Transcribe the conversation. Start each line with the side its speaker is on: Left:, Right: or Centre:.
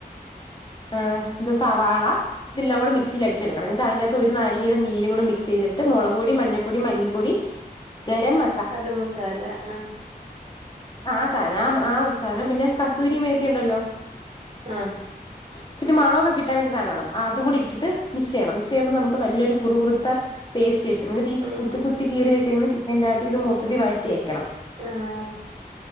Left: ആഹ് ഇത് സവാള ഇതെല്ലാം കൂടി മിക്സീൽ അടിച്ചെടുക്കണം എന്നിട്ട് അതിന്റെ അകത് ത്തൊരു നാരങ്ങയുടെ നീരും മിക്സ് ചെയ്തിട്ട് മൊളകുപൊടി, മഞ്ഞപ്പൊടി, മല്ലിപ്പൊടി, ഗരംമ
Right: കറി മസാല ആഹ്
Left: ആഹ് ആ സാധനം ആഹ് ആ സാധനം പിന്നെ കസൂരി മേത്തിയുണ്ടല്ലോ
Right: ആഹ്
Left: ഇച്ചിരി മണൊക്കെ കിട്ടാൻ വേണ്ടി സാധനടണം അതീം കൂടി ഇട്ടിട്ട് മിക്സ് ചെയ്യണം മിക്സ് ചെയ്യുമ്പോ നമുക്ക് നല്ലൊരു കുറു കുറുത്ത പേസ്റ്റ് കിട്ടും എന്നിട്ടീ
Right: ഉം
Left: കുത്തികു ത്തി കീറി വെച്ചേക്കുന്ന ചിക്കൻ്റാത്ത് ഇത് മൊത്തത്തി വാരി തേയ്ക്കണം.
Right: ആഹ്